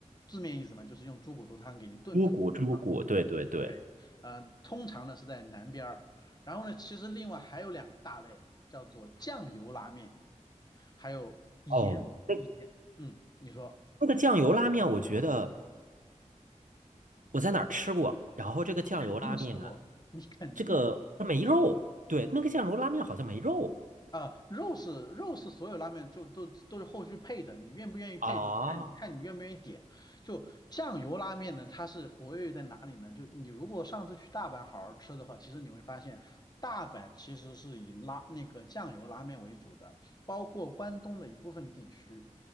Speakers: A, on the left; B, on the right.
A: 字面意思嘛，就是用猪骨头汤给你炖出汤。
B: 猪骨猪骨，对对对。
A: 对，呃，通常呢是在南边儿，然后呢，其实另外还有两个大类，叫做酱油拉面，还有盐盐，
B: 哦，那
A: 嗯，你说
B: 那个酱油拉面，我觉得我在哪儿吃过，然后这个酱油拉面，
A: 你你肯定吃过，你肯定。
B: 这个它没肉，对，那个酱油拉面好像没肉
A: 啊、肉是肉是所有拉面就都都是后续配的，你愿不愿意配，
B: 啊，
A: 你看看你愿不愿意点。就酱油拉面呢，它是活跃在哪里呢？就你如果上次去大阪好好吃的话，其实你会发现，大阪其实是以拉那个酱油拉面为主的，包括关东的一部分地区。